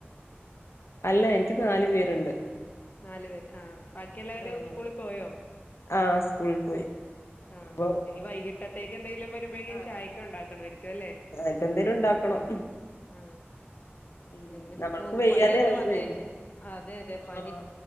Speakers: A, on the left (about 80°); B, on the left (about 40°).
A: അല്ല എനിക്ക് നാലു പേരുണ്ട്.
B: നാലു പേര്. ആ ബാക്കി എല്ലാരും
A: ആഹ്
B: സ്കൂളിൽ പോയോ?
A: ആഹ് സ്കൂളിൽ പോയി
B: ആ
A: അപ്പൊ
B: ഇനി വൈകിട്ടത്തേക്ക് എന്തെിലും വരുമ്പോഴക്കും
A: ആഹ്
B: ചായയൊക്കെ ഉണ്ടാക്കണമായിരിക്കുഅല്ലേ?
A: ഇപ്പ എന്തേലും ഉണ്ടാക്കണം
B: ആ
A: ഉം
B: വിമ്മിഷ്ടംവും
A: നമ്മൾക്ക് വയ്യാതെ
B: പനിയൊക്കെ
A: ആവുമ്പേ
B: വന്ന് കഴിഞ്ഞ അതെ അതെ
A: ആഹ്
B: പ